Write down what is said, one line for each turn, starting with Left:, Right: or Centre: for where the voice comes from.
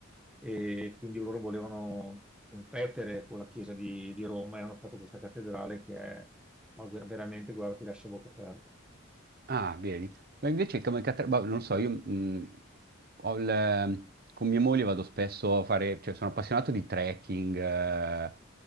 Centre: e quindi loro volevano competere con la chiesa di, di Roma e hanno fatto questa cattedrale che è, ma ver- veramente, guarda, ti lascia a bocca aperta.
Right: Ah, vedi. Ma invece come catena, boh, non lo so, io mh, ho il- con mia moglie vado spesso a fare, cioè sono appassionato di trekking, eh,